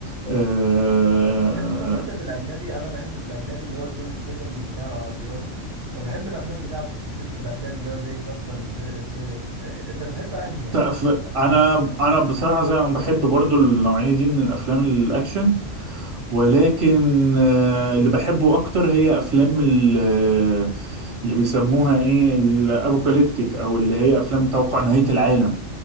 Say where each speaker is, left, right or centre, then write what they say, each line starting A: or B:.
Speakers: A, on the right; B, on the right.
A: أه...
B: بتحب طب انت في الاجنبي انا بحب في الاجنبي اللي هو جون ستيثم بتاع العربيات فبحب الافلام بتاعته سلسله الافلام اللي هو زي فاست اند سيريس انت بتحب انهي يعني في
A: ف...
B: الافلام
A: انا
B: دي؟
A: انا بصراحه زي ما بحب برضو النوعيه دي من الافلام الاكشن ولكن آه، اللي بحبه اكتر هي افلام ال- آه، اللي بيسموها ايه الابوكاليبتيك او اللي هي افلام توقع نهاية العالم